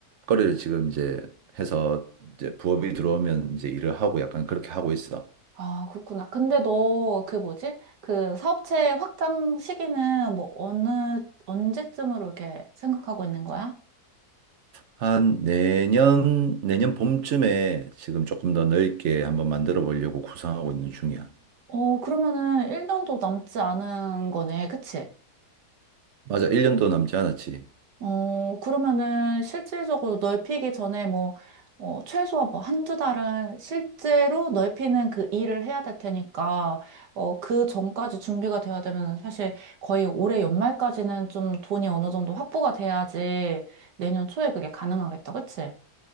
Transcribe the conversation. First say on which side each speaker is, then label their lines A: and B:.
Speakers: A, on the right (about 60°); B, on the right (about 80°).
A: 거래를 지금 이제 해서 이제 부업이 들어오면 이제 일을 하고 약간 그렇게 하고 있어.
B: 아, 그렇구나. 근데 너 그 뭐지? 그 사업체 확장 시기는 뭐 어느, 언제쯤으로 이렇게 생각하고 있는 거야?
A: 한 내년, 내년 봄쯤에 지금 조금 더 넓게 한번 만들어 보려고 구상하고 있는 중이야.
B: 어, 그러면은 1년도 남지 않은 거네. 그치?
A: 맞아. 1년도 남지 않았지.
B: 어, 그러면은 실질적으로 넓히기 전에 뭐, 어, 최소한 뭐 한두 달은 실제로 넓히는 그 일을 해야 될 테니까, 어, 그 전까지 준비가 돼야 되면 사실 거의 올해 연말까지는 좀 돈이 어느 정도 확보가 돼야지 내년 초에 그게 가능하겠다. 그치?